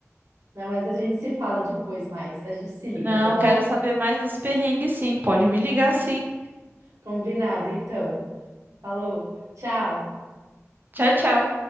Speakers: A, on the right; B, on the right.
A: Não, mas a gente se fala depois mais, a gente se liga,
B: Não,
A: tá bom?
B: quero saber mais dos perrengues, sim. Pode me ligar, sim.
A: Combinado, então. Falou, tchau.
B: Tchau, tchau.